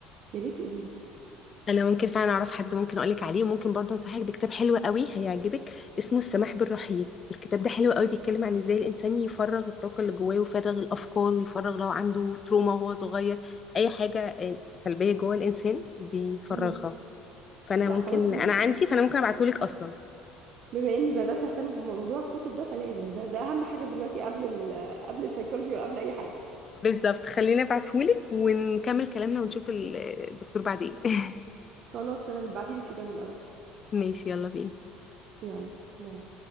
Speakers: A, on the right (about 55°); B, on the left (about 35°).
A: يا ريت تقولي لي
B: انا ممكن فعلا اعرف حد ممكن اقولك عليه وممكن برضه انصحك بكتاب حلو قوي هيعجبك اسمه السماح بالرحيل الكتاب ده حلو قوي بيتكلم عن ازاي الانسان يفرغ الطاقه اللي جواه ويفرغ الافكار ويفرغ لو عنده تروما وهو صغير اي حاجه آه، سلبيه جوه الانسان بيفرغها
A: مم.
B: فانا
A: لا
B: ممكن
A: خلاص تمام.
B: انا عندي فانا ممكن ابعتهولك اصلا
A: بما اني بدات اهتم بموضوع الكتب ده فلازم ده ده اهم حاجه دلوقتي قبل ال قبل السيكولوجي وقبل اي حاجه
B: بالظبط خليني ابعتهولك ونكمل كلامنا ونشوف ال- الدكتور بعدين <laughs>
A: خلاص تمام ابعتي لي الكتاب الاول
B: ماشي يلا بينا
A: يلا باي